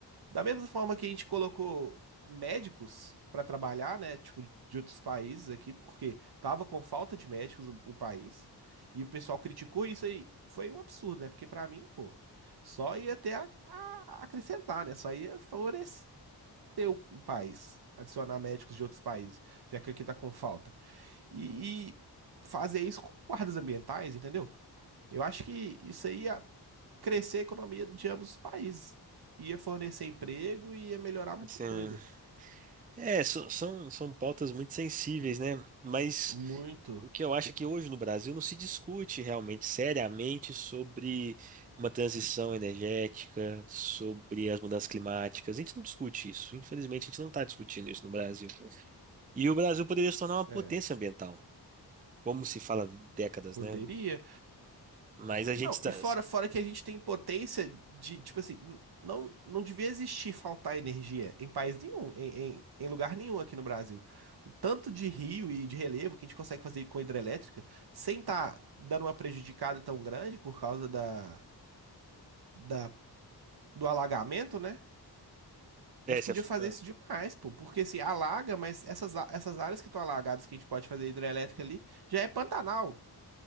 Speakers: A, on the right; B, on the right.
A: Da mesma forma que a gente colocou médicos para trabalhar, né, tipo, de outros países aqui, porque tava com falta de médicos o, o país, e o pessoal criticou isso aí. Foi um absurdo, né? Porque para mim, pô, só ia ter a, a acrescentar, né? Só ia favorecer o, o país, adicionar médicos de outros países, já que aqui tá com falta. E, e fazer isso com guardas ambientais, entendeu? Eu acho que isso aí crescer a economia de ambos os países. Ia fornecer emprego e ia melhorar muita
B: Assim,
A: coisa.
B: é, so- são, são pautas muito sensíveis, né? Mas
A: Muito.
B: o que eu acho é que hoje no Brasil não se discute realmente seriamente sobre uma transição energética, sobre as mudanças climáticas. A gente não discute isso. Infelizmente, a gente não está discutindo isso no Brasil. E o Brasil poderia se tornar uma
A: É,
B: potência ambiental, como se fala há décadas,
A: poderia.
B: né? Mas a gente
A: Não,
B: está.
A: e fora, fora que a gente tem potência de, tipo assim, n- não, não devia existir faltar energia em país nenhum, em, em, em lugar nenhum aqui no Brasil. O tanto de rio e de relevo que a gente consegue fazer com hidrelétrica sem estar dando uma prejudicada tão grande por causa da, da, do alagamento, né?
B: É,
A: A gente
B: você-
A: podia fazer
B: ah,
A: isso demais, pô, porque assim, alaga, mas essas, a- essas áreas que estão alagadas que a gente pode fazer hidrelétrica ali, já é Pantanal,